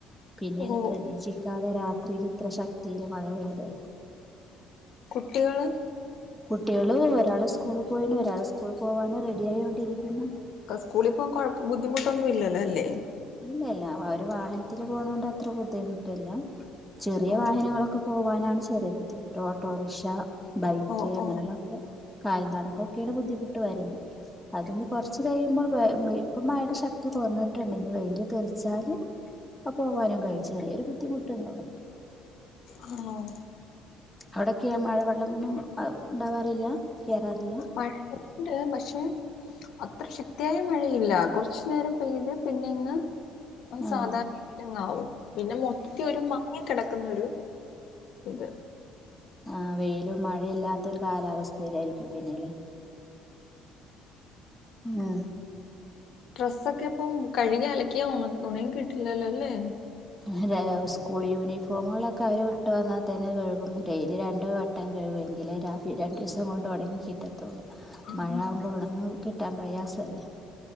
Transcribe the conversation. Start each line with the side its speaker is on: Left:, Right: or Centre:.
Centre: പിന്നെയാണ്
Left: ഓഹ്
Centre: പ്രതീക്ഷിക്കാതെ രാത്രിൽ ഇത്ര ശക്തിയില് മഴ പെയ്തെ
Left: കുട്ടികള്
Centre: കുട്ടികൾ ഒരാൾ സ്കൂളിൽ പോയിണ് ഒരാൾ സ്കൂളിൽ പോവാനു റെഡി യായ്കൊണ്ടിരിക്കുന്നു
Left: ക്കെ സ്കൂളി പോ കുഴപ്പ ബുദ്ധിമുട്ടൊന്നും ഇല്ലല്ല അല്ലേ
Centre: ഇല്ല ല്ല അവര് വാഹനത്തിൽ പോണോണ്ട് അത്ര ബുദ്ധിമുട്ടില്ല ചെറിയ
Left: ഓഹ്
Centre: വാഹനങ്ങളൊക്കെ പോവാനാണ് ചെറിയ ബുദ്ധിമുട്ട് ഓട്ടോറിക്ഷ ബൈക്ക്
Left: ഓഹ്
Centre: അങ്ങനെയുള്ള
Left: ഓഹ്
Centre: ക്കെ കാൽനടക്കക്കെയാണ് ബുദ്ധിമുട്ട് വരുന്നെ അതിന് കൊറച്ചു കഴിയുമ്പോൾ വഴ് മയ് ഇപ്പ മഴയുടെ ശക്തി കൊറ്ഞ്ഞ്ട്ടുണ്ട് ഇനി വെയ്ല് തെറിച്ചാല് പ്പ പോവാനും കഴിച്ചു ചെറിയൊരു ബുദ്ധിമുട്ട്ന്നള്ളു
Left: ആഹ്
Centre: അവിടെക്കെ മഴ വെള്ളം ന്നും അഹ് ഉണ്ടാവാറില്ല കേറാറില്ല
Left: മഴണ്ട് പക്ഷെ അത്ര ശക്തിയായ മഴയില്ല കുറച്ചു നേരം പെയ്ത് പിന്നെ ഇങ്ങ് അങ്ങ്
Centre: ആഹ്
Left: സാധാരണ രീതിയില് അങ്ങാവും പിന്നെ മൊത്തി ഒരു മാങ്ങികിടക്കുന്നൊരു ഇത്
Centre: ആഹ് വെയിലും മഴയില്ലാത്ത ഒരു കാലാവസ്ഥയിലായിരിക്കും പിന്നെല്ലേ മ്
Left: ഡ്രസ്സൊക്കെ ഇപ്പം കഴുകി അലക്കിയ ഉണങ്ങി കിട്ടില്ലല്ലോല്ലേ
Centre: അ് രാ സ്കൂൾ യൂണിഫോമുകളൊക്കെ അവര് വിട്ടു വന്നാൽ തന്നെ കഴുകും ഡെയിലി രണ്ട് വ ട്ടം കഴുകുങ്കിലെ രാവി രണ്ടു ദിവസം കൊണ്ട് ഉണങ്ങി കിട്ടത്തുള്ളൂ
Left: ആഹ്
Centre: മഴ ആകുമ്പോ ഒണങ് കിട്ടാൻ പ്രയാസം അല്ലെ